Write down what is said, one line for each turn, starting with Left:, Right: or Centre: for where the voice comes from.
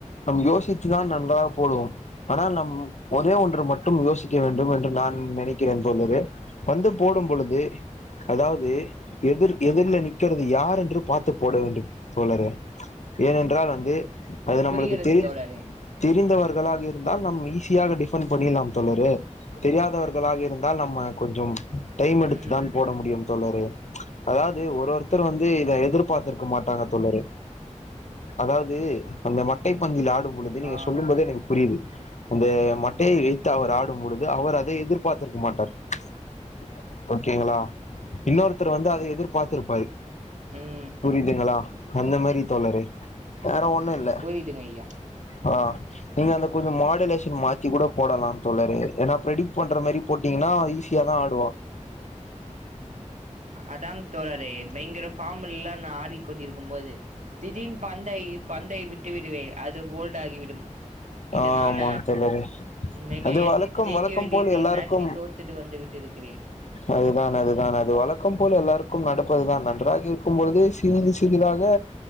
Left: நம் யோசிச்சுதான் நன்றாக போடுவோம் ஆனால் நம் ஒரே ஒன்று மட்டும் யோசிக்க வேண்டும் என்று நான் நினைக் க்கிற தோழரே பந்து போடும் பொழுது அதாவது எதிர் எதிர்ல நிக்கிறது யார் என்று பார்த்து போட வேண்டும் தோழரே ஏனென்றால் வந்து அது நம்மளுக்கு
Right: புரிகிறது
Left: தெரிந்
Right: தோழரே
Left: தெரிந்தவன் களாக இருந்தால் நம் ஈஸியாக டிஃபண்ட் பண்ணிலாம் தோழரே தெரியாதவர் களாக இருந்தால் நம்ம கொஞ்சம் டைம் எடுத்து
Right: ம்
Left: தான் போட முடியும் தோழரே அதாவது ஒரு ஒருத்தர் வந்து இதை எதிர்ப் பாத்துருக்க மாட்டாங்க தோழரே அதாவது அந்த மட்டை பந்தில் ஆடும் பொழுது நீங்க
Right: ஆ
Left: சொல்லும்போது எனக்கு புரியுது அந்த மட்டையை வைத்து அவர் ஆடும் பொழுது அவர் அதை எதிர்பார்த்திருக்க மாட்டார் ச் ஓகேங்களா இன்னொருத்தர் வந்து அதை எதிர்பார்த்திருப்பாரு
Right: ம்
Left: புரிதுங்களா அந்த மாரி தோழரே வேற ஒண் ணுல்ல
Right: புரியுதுங்க ஐயா
Left: ஆ நீங்க அந்த கொஞ்சோ மாடலேஷன் மாத்தி கூட போடலாம் தோழரே ஏனா ப்ரெடிக் பண்ற மாரி போட்டீங்கன்னா ஈஸியா தா ஆட்
Right: அதான் தோழரே பயங்கர ஃபாமில்ல நா ஆடிக்கொண்டிருக்கும் போது திடீன் பந்தை பந்தைய விட்டு விடுவேன் அது போல்ட் ஆகிவிடும் இதனால
Left: ஆமா தோழரே
Right: மிக
Left: அது
Right: என்
Left: வழக்கம்
Right: ஜெயிக்க
Left: வழக்கம்
Right: வேண்டிய
Left: போல
Right: டீம்
Left: எல்லாருக்கும்
Right: மேட்சை தோத்துட்டு வந்து விட்டிருக்கிறேன்
Left: அதுதான் அதுதான் அது வழக்கம் போல் எல்லாருக் க்கும் நடப்பதுதான் நன்றாக இருக்கும் பொழுதுதே சிறிது சிறிதாக